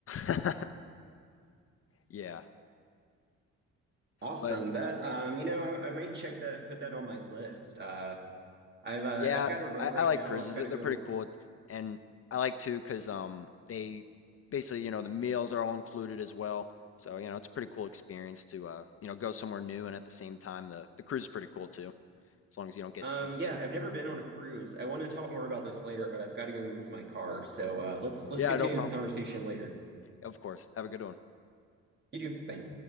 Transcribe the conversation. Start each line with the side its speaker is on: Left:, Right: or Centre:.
Left: <laughs> Yeah,
Right: Awesome.
Left: but
Right: That um, you know, I, I might check that, put that on my list. Uh, I've uh,
Left: Yeah,
Right: I've got to run
Left: I,
Right: right
Left: I like
Right: now.
Left: cruises.
Right: I've got
Left: They're
Right: to
Left: they're
Right: go.
Left: pretty cool. It's, and I like too because um they basically, you know, the meals are all included as well. So, you know, it's a pretty cool experience to uh, you know, go somewhere new and at the same time the the cruise is pretty cool too, as long as you don't get
Right: Um,
Left: seasick.
Right: yeah,
Left: <laughs>
Right: I've never been on a cruise. I want to talk more about this later, but I've got to go move my car. So uh, let's let's
Left: Yeah,
Right: continue
Left: no problem.
Right: this conversation later.
Left: Of course. Have a good one.
Right: You do. Bye.